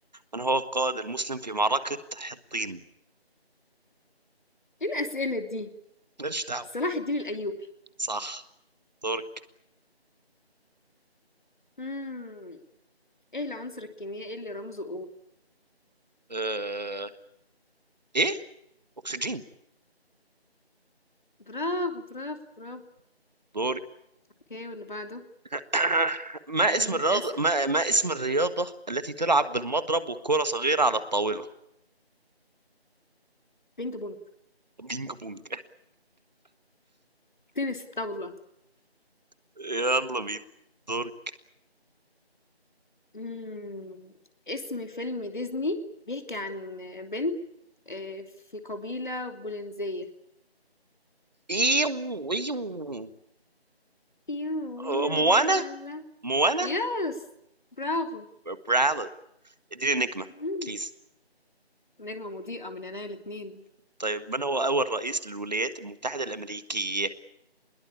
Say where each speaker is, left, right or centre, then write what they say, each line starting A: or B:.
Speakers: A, on the right (about 40°); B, on the left (about 50°).
A: من هو القائد المسلم في معركة حطين
B: ايه الأسئلة دي
A: ماليش دعوة
B: صلاح الدين الأيوبي
A: صح دورك
B: مم. ايه العنصر الكيميائي اللي رمزه O
A: أه... ايه اكسجين
B: برافو برافو برافو
A: دوري
B: اوكي واللي بعده
A: <coughs> <clears throat> ما
B: مم.
A: اسم الرياضة
B: اسأل
A: ما... ما اسم الرياضة التي تلعب بالمضرب وكرة صغيرة على الطاولة
B: بينج بونج
A: بينج بونج
B: تنس الطاولة
A: <laughs> يلا بينا دوري
B: إمم. اسم فيلم ديزني بيحكي عن بنت آآ في قبيلة بولنزية.
A: ايوه ايوه
B: يو،
A: أه،
B: يو،
A: موانا
B: لا، لا، لا.
A: موانا
B: يس، برافو.
A: برادر اديني نجمة
B: إمم.
A: بليز
B: نجمة مضيئة من عينيا الاتنين.
A: طيب من هو أول رئيس للولايات المتحدة الأمريكية